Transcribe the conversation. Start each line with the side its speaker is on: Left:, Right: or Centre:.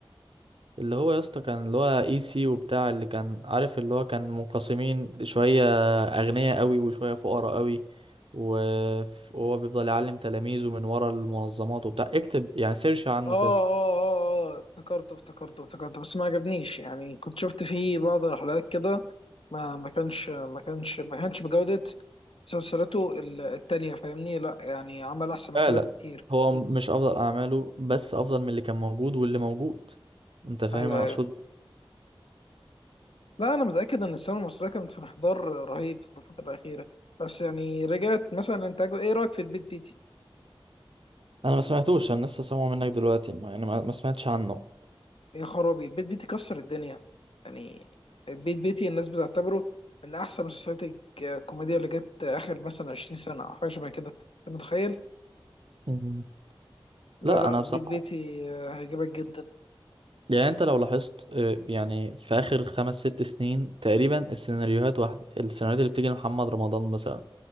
Right: اللي هو يا اسطى كان اللي هو اي سي وبتاع اللي كان عارف اللي هو كان منقسمين شويه اغنياء قوي وشويه فقراء قوي و- وهو بيفضل يعلم تلاميذه من ورا المنظمات وبتاع اكتب يعني سيرش عنه
Left: اه
Right: كده
Left: اه اه اه افتكرته افتكرته افتكرته بس ما عجبنيش يعني كنت شفت فيه بعض الحلقات كده ما ما كانش ما كانش ما كانش بجودة مسلسلاته ال- التانية فاهمني لا يعني عمل احسن من
Right: لا
Left: كده
Right: لا
Left: بكتير
Right: هو مش افضل اعماله بس افضل من اللي كان موجود واللي موجود انت فاهم
Left: ايوه
Right: انا
Left: ايوه
Right: اقصد إيه؟
Left: لا انا متأكد ان السينما المصرية كانت في انحدار رهيب في الفترة الأخيرة بس يعني رجعت مثلا انتاجه ايه رأيك في البيت بيتي
Right: انا ما سمعتوش انا لسه سامعه منك دلوقتي مع اني ما ما سمعتش عنه
Left: يا خرابي البيت بيتي كسر الدنيا يعني البيت بيتي الناس بتعتبره من احسن مسلسلات الج- الكوميديا اللي جت اخر مثلا 20 سنه او حاجه شبه كده انت متخيل
Right: مهم.
Left: لا
Right: لا
Left: لا
Right: انا
Left: البيت
Right: بصراحه
Left: بيتي آه، هيعجبك جدا
Right: يعني انت لو لاحظت آه، يعني في اخر خمس ست سنين تقريبا السيناريوهات واحده السيناريوهات اللي بتيجي لمحمد رمضان مثلا